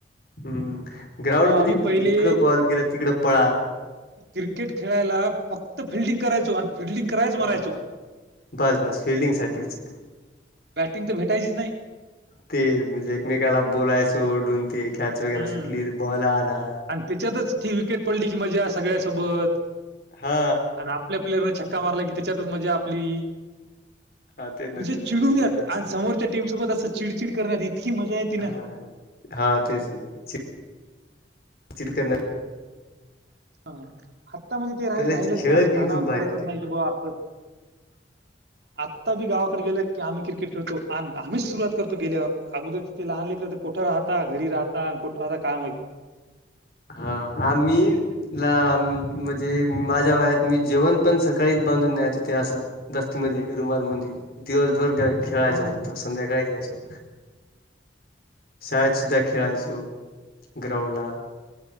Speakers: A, on the left; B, on the right.
A: हम्म ग्राउंड
B: अहो, आम्ही
A: मधी
B: पहिले
A: जिकडं बॉल गेला तिकडं पळा.
B: क्रिकेट खेळायला फक्त फिल्डिंग करायचो आणि फिल्डिंग करायच मरायचो.
A: अ बस बस फिल्डिंग साठीच.
B: बॅटिंग तर भेटायचीच नाय.
A: ते म्हणजे एकमेकाला बोलायचो ओरढून ते कॅच वगैरे
B: हं.
A: सुटली बॉला आना.
B: आणि त्याच्यातच ती विकेट पडली की मजा सगळ्यासोबत.
A: हा
B: आणि आप आपल्या प्लेयरन छक्का मारला की त्याच्यातच मजा आपली.
A: हा तेच ना
B: म्हणजे
A: तेच ना
B: चिडून्यात
A: मग मित्रांसोबत
B: आणि समोरच्या टीमसोबत असं चिडचिड करण्यात इतकी मजा येती ना.
A: हा. हा तेच न ची चिडकरणार
B: ह आत्तामध्ये ते राही
A: कॉलेज
B: राहिलच
A: खेळ
B: नाही. असं
A: बी
B: कानावर
A: खूप भारी
B: पडतच
A: होते.
B: नाही की बा असं
A: <inaudible>
B: आत्ता बी गावाकडे गेलय की आम्ही क्रिकेट खेळतो. आणि आम्हीच सुरवात करतो गेल्यावर अगोदर. ते लहान ललेकर तर कूठं राहता घरी राहता आणि कूठं राहता काम माहीत.
A: हाव आम्ही ला म्हणजे माझ्या वयात मी जेवण पण सकाळीच बांधून न्याेयचो ते असं. दस्तीमध्ये रुमाल मंदी दिवसभर गा खेळायचो
B: हो ना
A: फक्त संध्याकाळी यायचो. शाळेत सुद्धा खेळायचो ग्राउंड ला.